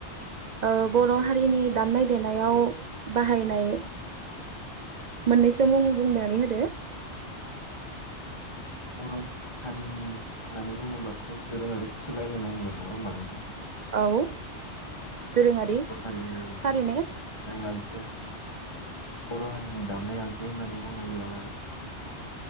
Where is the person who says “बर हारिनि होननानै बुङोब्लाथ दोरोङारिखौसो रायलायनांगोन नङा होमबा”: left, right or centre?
Left